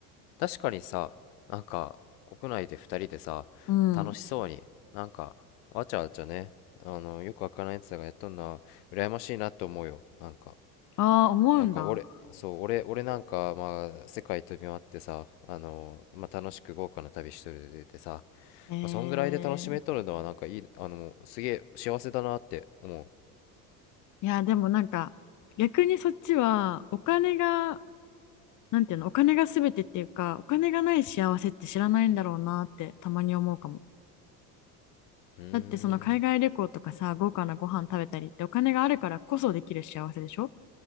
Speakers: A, on the left; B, on the left.
A: 確かにさなんか国内で2人でさ楽しそうになんかわちゃわちゃねあのよくわからないやつらがやっとんな羨ましいなと思うよなんか
B: うん。ああ、思うんだ。
A: なんか俺そう俺俺なんかまあ世界飛び回ってさあのまあ楽しく豪華な旅しとるでさ
B: へえ
A: まあそんぐらいで楽しめとるのはなんかいいあのすげえ幸せだなって思う
B: いや、でもなんか、逆にそっちは、お金が、なんていうの、お金が全てっていうか、お金がない幸せって知らないんだろうなって、たまに思うかも。
A: うーん
B: だって、その海外旅行とかさ、豪華なご飯食べたりって、お金があるからこそできる幸せでしょ